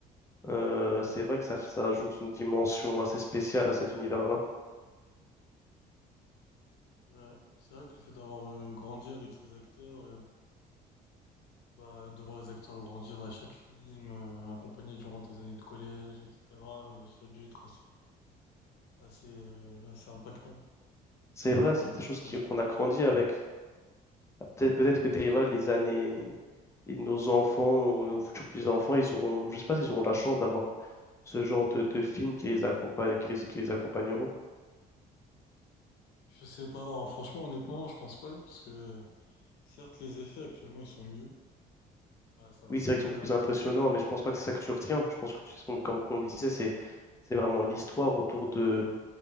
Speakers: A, on the left; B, on the left.
A: euh, c'est vrai que ça, ça ajoute une dimension assez spéciale à cet univers-là.
B: Ouais. C'est vrai que le fait d'avoir euh, grandi avec les acteurs. euh, Bah, de voir les acteurs grandir à chaque film, euh, accompagner durant tes années de collège, etc., euh, ça a dû être assez, assez, euh, assez impactant
A: C'est vrai,
B: pour,
A: c'est
B: euh,
A: des choses
B: pour
A: qui-
B: le spectateur.
A: qu'on a grandi avec. Peut-être peut-être que
B: Mais
A: des,
B: est-ce que,
A: voilà, les années, et nos enfants, nos nos futurs petits-enfants, ils auront, je sais pas s'ils auront la chance d'avoir ce genre de, de films qui les accompagnent, qui les, qui les accompagneront.
B: je sais pas, hein, franchement, honnêtement, je pense pas, parce que euh, certes, les effets actuellement, ils sont mieux, Bah, ça va
A: Oui,
B: sans
A: c'est vrai
B: dire,
A: qu'ils sont plus
B: hein, parce
A: impressionnants,
B: que
A: mais je pense pas que c'est ça que tu retiens. Je pense que tu, comme on disait, c'est, c'est vraiment l'histoire autour de,